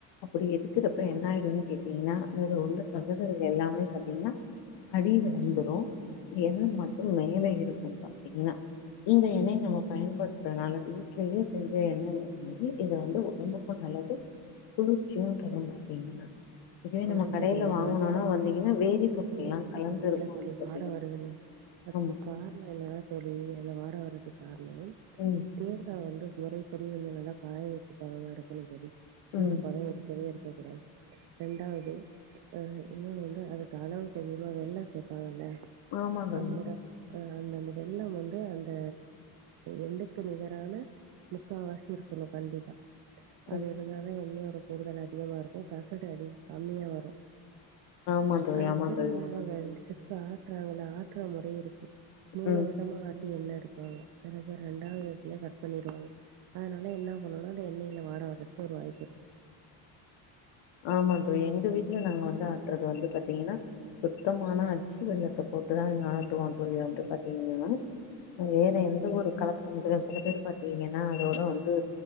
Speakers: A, on the left; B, on the right.
A: அப்டி எடுக்றப்ப என்னாயிடுனு கேட்டீங்கன்னா அது உள்ள கசடுகள் எல்லாமே பத்தீங்னா அடில வந்துடு எண்ண மட்டு மேல இருக்கும் பாத்தீங்னா இந்த எண்ணைய நம்ம பயன்படுத்றனால வீட்லயே செஞ்ச எண்ணங்ற மாரி இத வந்து ஒடம்புக்கு ரொம்ப நல்லது குளிர்ச்சியு தரு பாத்தீங்கன்னா இதுவே
B: ஆமா
A: நம்ம கடையில
B: தொழி அதுல
A: வாங்கணும்னா
B: வந்து நீங்க
A: வந்தீங்கன்னா வேதிப்பொருட்கள்
B: அந்த
A: எல்லாம்
B: எண்ண
A: கலந்து
B: சொன்னீங்கள்ல
A: இருக்கும்
B: தோழி
A: அதுல பாத்தீங்கன்னா
B: வாட வருதுன்னு அதுக்கு
A: ஆமா
B: காரணோ என்னன்னா தோழி அந்த வாட வர்றதுக்கு கார்ண
A: ம்
B: தேங்கா வந்து மொறைப்படி வந்து நல்லா காய வச்ச பதமா எடுக்கணு தோழி
A: ம்
B: ஈரப்பதம் இரு க்கவே ர்க்க கூடாது ரெண்டாவது அ இன்னொன்னு வந்து அதுக்கு அளவுக்கதிகமா வெல்ல சேப்பாங்கல்ல
A: ஆமா தோழி
B: அதோட அ அந்தந்த வெல்ல வந்து அந்த எள்ளுக்கு நிகரான முக்காவாசி இருக்கணு கண்டிப்பா அது
A: ம்
B: இருந்தாதா எண்ணயோட கூடுதல் அதிகமா இருக்கு கசடு அதி கம்மியா வரும்
A: ஆமா தோழி
B: அதத்
A: ஆமா
B: திரும்ப
A: தோழி
B: அவங் <unintelligible> ஆட்றாங்கல ஆட்டுற முறை இருக்கு மூணு
A: ம்
B: விதமா ஆட் எண்ண எடுப்பாங்க சில பேர் ரெண்டாவது எடத்துலயே கட் பண்ணிருவாங்க அதனால என்ன பண்ணனுனா அந்த எண்ணயில வாட வர்றதுக்கு ஒரு வாய்ப்புருக்கு
A: ஆமா தோழி எங்க வீட்ல நாங்க வந்து ஆட்றது வந்து பாத்தீங்கனா சுத்தமான அச்சு வெள்ளத்த போட்டுதா இங்க ஆட்டுவோ தோழி வந்து பாத்தீங்கனா வேற எந்த ஒரு கலப்படோ இருக்காது சில பேர் பாத்தீங்கன்னா அதோட வந்து